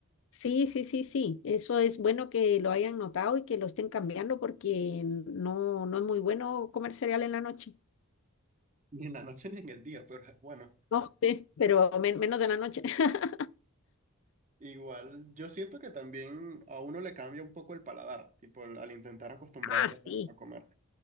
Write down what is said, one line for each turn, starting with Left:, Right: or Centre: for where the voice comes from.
Left: sí, sí, sí, sí. Eso es bueno que lo hayan notado y que lo estén cambiando porque no, no es muy bueno comer cereal en la noche.
Right: <laughs> Ni en la noche ni en el día, pero bueno,
Left: No, <laughs> sí, pero men- menos en la noche. <laughs>
Right: igual yo siento que también a uno le cambia un poco el paladar, tipo al, al intentar acostumbrarse
Left: Ah, sí.
Right: a, a comer.